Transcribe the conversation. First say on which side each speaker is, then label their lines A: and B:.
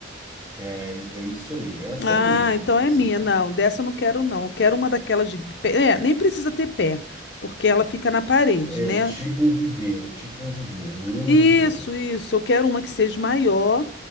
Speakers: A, on the right (about 25°); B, on the left (about 60°).
A: É, é isso aí, é essa
B: Ah,
A: aí mesmo
B: então
A: que você
B: é minha.
A: tem.
B: Não, dessa eu não quero, não. Eu quero uma daquelas de pé. É, nem precisa ter pé, porque ela fica na parede,
A: É
B: né?
A: tipo um viveiro, tipo um viveiro, um mini
B: Isso,
A: viveiro.
B: isso. Eu quero uma que seja maior,